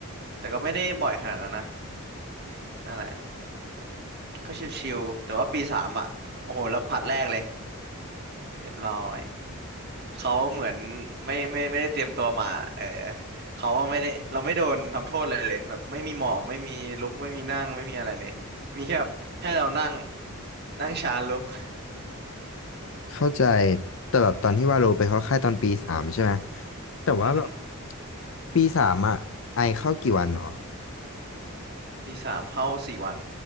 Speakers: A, on the right; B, on the left.
A: แต่ก็ไม่ได้บ่อยขนาดนั้นนะนั่นแหละก็ชิวๆแต่ว่าปีสามอ่ะโอ้โหเราผลัดแรกเลยเรียบร้อย เขาเหมือนไม่ไม่ไม่ได้เตรียมตัวมาเออเขาไม่ได้เราไม่โดนทำโทษเลยเลยแบบไม่มีหมอบไม่มีลุกไม่มีนั่งไม่มีอะไรเลยมีแค่แบบให้เรานั่งนั่งช้าลุก
B: เข้าใจแต่แบบตอนที่วาโลไปเข้าค่ายตอนปีสามใช่ไหมแต่ว่าแบบ
A: <laughs> อือฮึ
B: ปีสามอ่ะไอเข้ากี่วันเหรอ
A: ปีสามเข้าสี่วัน